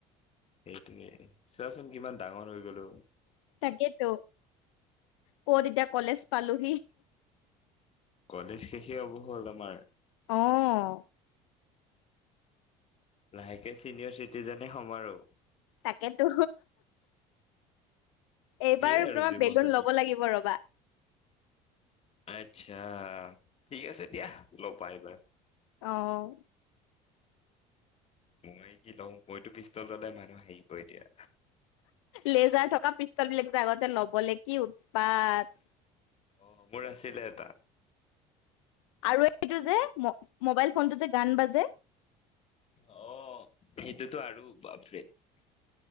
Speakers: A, on the left; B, on the left.
A: সেইটোকে চোৱাচোন কিমান ডাঙৰ হৈ গলোঁ।
B: তাকেটো ক'ত এতিয়া। কলেজ পালোহি।
A: কলেজ শেষে হ'ব হ'ল আমাৰ।
B: আহ।
A: লাহেকে চিনিয়ৰ চিটিজেনে হ'ম আৰু।
B: তাকেতো। এইবাৰ
A: সেই আৰু
B: তোমাৰ
A: জীৱনটো
B: বেলুন
A: কি
B: ল'ব লাগিব ৰ'বা।
A: আচ্ছা ঠিকে আছে দিয়া লগ পাই পাই।
B: অ '
A: মই কি লওঁ মইতো পিষ্টল ললে মানুহ হেৰি ক দিয়া।
B: লেজাৰ থকা পিষ্টল বিলাক যে আগতে ল'বলৈ কি উৎপাত।
A: অহ মোৰ আছিলে এটা।
B: আৰু এইটো যে ম। মোবাইল ফোনটো যে গান বাজ। যে
A: অ সেইটোতো আৰু। বাপৰে।